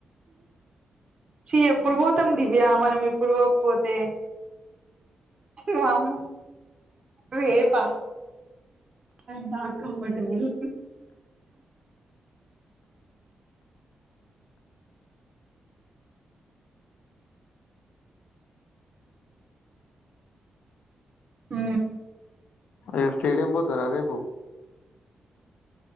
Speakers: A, on the right; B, on the left.
A: చి ఎప్పుడు పోతాం దివ్య మనం ఇప్పుడు పోకపోతే. వామ్మో వేపా. అంతా కంమటబుల్. ఊ.
B: ఇగ స్టేడియం పోతారా రేపు